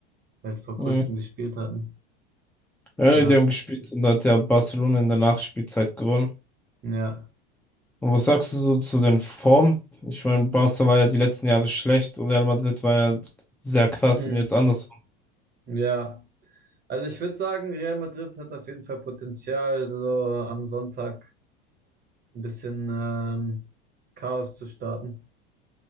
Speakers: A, on the right; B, in the centre.
A: halt vor
B: Mhm.
A: kurzem gespielt hatten.
B: Ja,
A: Ja,
B: die haben gespielt und da hat ja Barcelona in der Nachspielzeit gewonnen.
A: ja,
B: Und was sagst du so zu den Formen? Ich meine, Barca war ja die letzten Jahre schlecht und Real Madrid war ja sehr krass
A: Hm,
B: und jetzt anders.
A: ja. Also ich würde sagen, Real Madrid hat auf jeden Fall Potenzial, so am Sonntag ein bisschen ähm, Chaos zu starten.